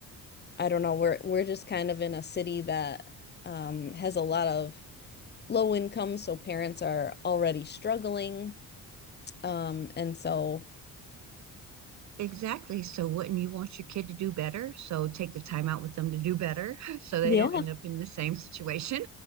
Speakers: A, on the left (about 30°); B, on the right (about 55°).
A: I don't know, we're we're just kind of in a city that um has a lot of low income, so parents are already struggling. Um and so
B: Exactly. So wouldn't you want your kid to do better? So take the time out with them to do better <laughs> so they
A: yeah,
B: don't end up in the same situation.